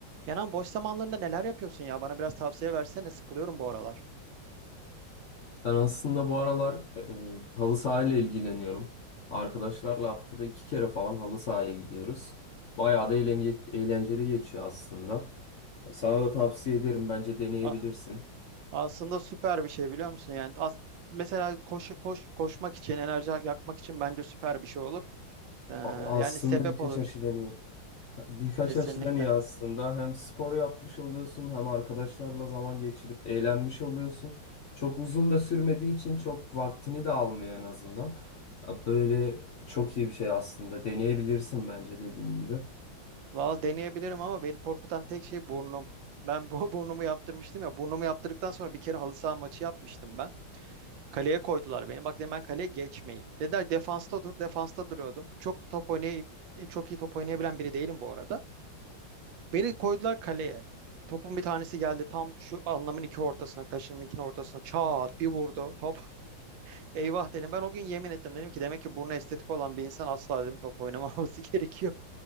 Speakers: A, on the right; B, on the left.
A: Kenan boş zamanlarında neler yapıyorsun ya? Bana biraz tavsiye versene. Sıkılıyorum bu aralar.
B: Ben aslında bu aralar e, e, halı sahayla ilgileniyorum. Arkadaşlarla haftada iki kere falan halı sahaya gidiyoruz. Bayağı da eğlence- eğlenceli geçiyor aslında. Sana da tavsiye ederim. Bence deneyebilirsin.
A: A- aslında süper bir şey biliyor musun? Yani as- mesela koş, koş, koşmak için, enerji yakmak için bence süper bir şey olur. Ee,
B: A- Aslında
A: yani sebep
B: birkaç
A: olur.
B: açıdan iyi. Birkaç
A: Kesinlikle.
B: açıdan iyi aslında. Hem spor yapmış oluyorsun hem arkadaşlarla zaman geçirip eğlenmiş oluyorsun. Çok uzun da sürmediği için çok vaktini de almıyor en azından. Böyle çok iyi bir şey aslında. Deneyebilirsin bence dediğim gibi.
A: Valla deneyebilirim ama beni korkutan tek şey burnum. Ben bu <laughs> burnumu yaptırmıştım ya. Burnumu yaptırdıktan sonra bir kere halı saha maçı yapmıştım ben. Kaleye koydular beni. Bak dedim ben kaleye geçmeyin. Dediler defansta dur. Defansta duruyordum. Çok top oynay çok iyi top oynayabilen biri değilim bu arada. Beni koydular kaleye. Topun bir tanesi geldi tam şu alnımın iki ortasına, kaşımın iki ortasına çat bir vurdu top. <laughs> Eyvah dedim. Ben o gün yemin ettim. Dedim ki demek ki burnu estetik olan bir insan asla dedim top oynamaması <laughs> gerekiyor.